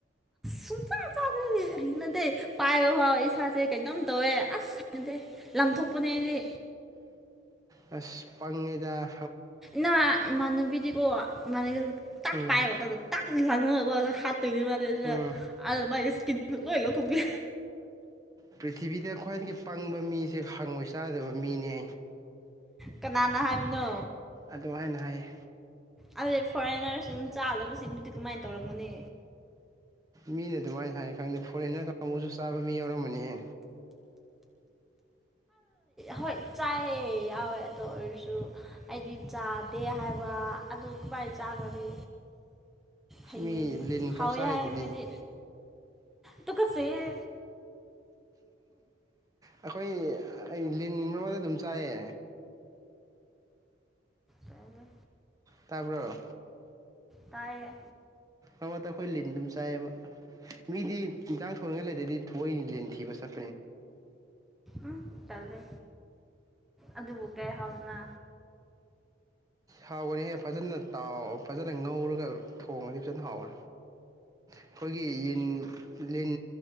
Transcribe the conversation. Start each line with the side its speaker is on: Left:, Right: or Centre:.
Centre: ꯁꯨꯡꯆꯥ ꯆꯥꯗꯦ ꯍꯩꯅꯗꯦ ꯄꯥꯏꯕ ꯐꯥꯎ ꯏꯁꯥꯁꯦ ꯀꯩꯅꯣꯝ ꯇꯧꯋꯦ ꯑꯁ ꯍꯩꯅꯗꯦ ꯂꯪꯊꯣꯛꯄꯅꯦ ꯑꯩꯗꯤ
Right: ꯑꯁ ꯄꯪꯉꯤꯗ
Centre: ꯅꯥ ꯏꯃꯥꯟꯅꯕꯤꯗꯤꯀꯣ ꯃꯃꯥꯅ ꯇꯥꯛ
Right: ꯎꯝ
Centre: ꯄꯥꯏꯕꯛꯇꯗ <inaudible> ꯇꯥꯛ ꯂꯪꯉꯒꯀꯣ ꯍꯥꯠꯇꯣꯏꯅꯦ ꯃꯥꯗꯤ ꯑꯗꯨꯗ
Right: ꯎꯝ
Centre: ꯑꯗ ꯃꯥꯥꯏꯗꯤ ꯏꯁꯀꯤꯟ ꯂꯣꯏ ꯂꯧꯊꯣꯛꯄꯤ
Right: ꯄ꯭ꯔꯤꯊꯤꯕꯤꯗ ꯈ꯭ꯋꯥꯏꯗꯒꯤ ꯄꯪꯕ ꯃꯤꯁꯦ ꯍꯪꯉꯣꯏ ꯆꯥꯗꯕ ꯃꯤꯅꯦ
Centre: ꯀꯅꯥꯅ ꯍꯥꯏꯕꯅꯣ
Right: ꯑꯗꯨ ꯍꯥꯏꯅ ꯍꯥꯏꯌꯦ
Centre: ꯑꯗꯨꯗꯤ ꯐꯣꯔꯦꯟꯅꯔꯁꯤꯡ ꯆꯥꯗꯕꯁꯤꯡꯗꯨꯗꯤ ꯀꯃꯥꯏ ꯇꯧꯔꯝꯒꯅꯤ
Right: ꯃꯤꯅ ꯑꯗꯨꯃꯥꯏ ꯍꯥꯏ ꯈꯪꯗꯦ ꯐꯣꯔꯦꯟꯅꯔ ꯀꯥꯡꯕꯨꯁꯨ ꯆꯥꯕ ꯃꯤ ꯌꯥꯎꯔꯝꯃꯅꯤꯍꯦ
Centre: ꯍꯣꯏ ꯆꯥꯏꯌꯦ ꯌꯥꯎꯋꯦ ꯑꯗꯨ ꯑꯣꯏꯔꯁꯨ ꯑꯩꯗꯤ ꯆꯥꯗꯦ ꯍꯥꯏꯕ ꯑꯗꯨ ꯀꯃꯥꯏ ꯆꯥꯒꯅꯤ ꯍꯩꯅꯗ
Right: ꯃꯤ ꯂꯤꯟ
Centre: ꯍꯥꯎꯏ
Right: ꯐꯥꯎ ꯆꯥꯔꯤꯗꯨꯗꯤ
Centre: ꯍꯥꯏꯌꯦ ꯃꯣꯏꯗꯤ ꯇꯨꯀꯆꯩꯍꯦ
Right: ꯑꯩꯈꯣꯏ ꯑꯩ ꯂꯤꯟ ꯑꯃꯗ <unintelligible> ꯑꯗꯨꯝ ꯆꯥꯏꯌꯦ
Centre: ꯇꯜꯂꯦ
Right: ꯇꯥꯕ꯭ꯔꯣ
Centre: ꯇꯥꯏꯌꯦ
Right: ꯑꯧ ꯑꯩꯈꯣꯏ ꯂꯤꯟ ꯑꯗꯨꯝ ꯆꯥꯏꯌꯦꯕ ꯃꯤꯗꯤ ꯏꯟꯖꯥꯡ ꯊꯣꯡꯅꯤꯡꯉꯥꯏ ꯂꯩꯇ꯭ꯔꯗꯤ ꯊꯣꯛꯑ ꯂꯤꯟ ꯊꯤꯕ ꯆꯠꯄ
Centre: ꯎꯝ ꯇꯜꯂꯦ ꯑꯗꯨꯕꯨ ꯀꯩ ꯍꯥꯎꯗꯅ
Right: ꯍꯥꯎꯋꯦꯍꯦ ꯐꯖꯅ ꯇꯥꯎ ꯐꯖꯅ ꯉꯧꯔꯒ ꯊꯣꯡꯉꯗꯤ ꯐꯖꯅ ꯍꯥꯎꯋꯦ ꯑꯩꯈꯣꯏꯒꯤ ꯂꯤꯟ ꯂꯤꯟ